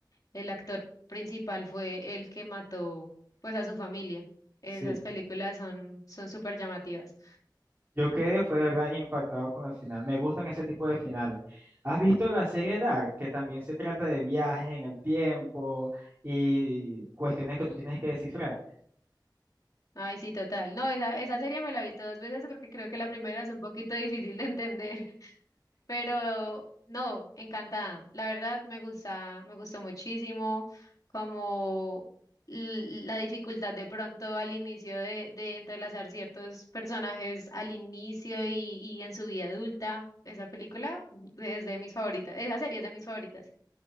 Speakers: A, on the left; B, on the right.
A: el actor principal fue el que mató, pues, a su familia.
B: Sí.
A: Esas películas son, son súper llamativas.
B: Yo quedé, fue de verdad impactado con el final. Me gustan ese tipo de finales. ¿Has visto la serie Dark, que también se trata de viajes en el tiempo y cuestiones que tú tienes que descifrar?
A: Ay, sí, total. No, esa, esa serie me la he visto dos veces porque creo que la primera es un poquito <laughs> difícil de entender, <laughs> pero no, encantada. La verdad me gusta, me gustó muchísimo como l- la dificultad de pronto al inicio de, de entrelazar ciertos personajes al inicio y, y en su vida adulta. Esa película es de mis favoritas, esa serie es de mis favoritas.